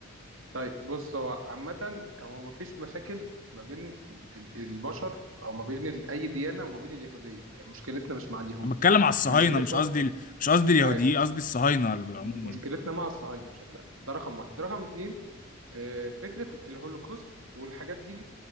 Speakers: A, on the right (about 75°); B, on the left (about 40°).
A: طيب بص هو عامة هو مفيش مشاكل ما بين ال- ال- البشر أو ما بين ال- أي ديانة وما بين اليهودية مشكلتنا مش مع اليهود
B: انا بتكلم على الصهاينة
A: احنا مشكلتنا
B: مش قصدي ال- مش قصدي اليهوديين
A: أيوة
B: قصدي الصهاينة اللي بالعموم
A: مشكلتنا
B: يعني
A: مع الصهاينة بشكل عام ده رقم واحد رقم اتنين آه، فكرة الهولوكوست والحاجات دي